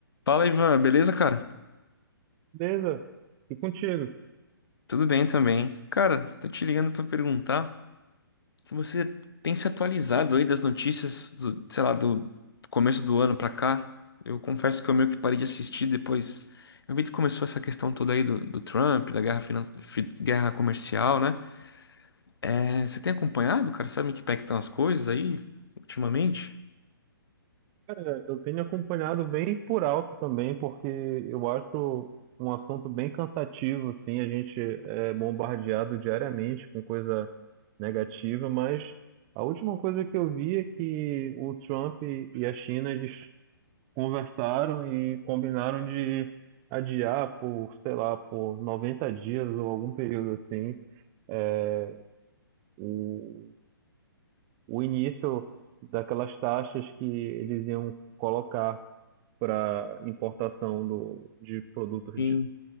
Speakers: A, on the left (about 75°); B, on the right (about 25°).
A: Fala, Ivan, beleza, cara?
B: Beleza, e contigo?
A: Tudo bem também. Cara, tô te ligando pra perguntar se você tem se atualizado aí das notícias, do, sei lá, do, do começo do ano pra cá. Eu confesso que eu meio que parei de assistir depois. Eu vi que começou essa questão toda aí do, do Trump, da guerra, finan- fi- guerra comercial, né? É, você tem acompanhado, cara? Sabe em que pé que estão as coisas aí ultimamente?
B: Cara, eu tenho acompanhado bem por alto também, porque eu acho um assunto bem cansativo, assim, a gente é bombardeado diariamente com coisa negativa, mas a última coisa que eu vi é que o Trump e e a China, eles conversaram e combinaram de adiar por, sei lá, por 90 dias ou algum período assim, é, o o início daquelas taxas que eles iam colocar para importação do, de produtos
A: Em
B: de,